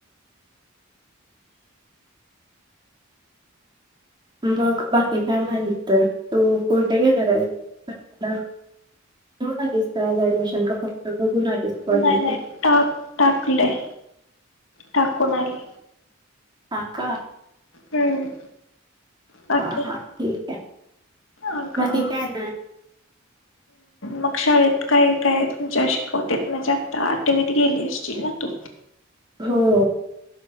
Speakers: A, on the right; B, on the left.
A: मग बाकी काय म्हणते? तू कुठे घेणार आहे <inaudible> जाऊन आलीस का? आज ऍडमिशन का फक्त बघून आलीस? कॉलेज
B: नाही नाही टाक टाकलंय. टाकून आली.
A: हा का?
B: हम्म बाकी
A: हा हा ठीक आहे.
B: अगं
A: बाकी काय नाय?
B: मग शाळेत काय काय तुमच्या शिकवतात? म्हणजे आता आठवीत गेली असशील ना तू?
A: हो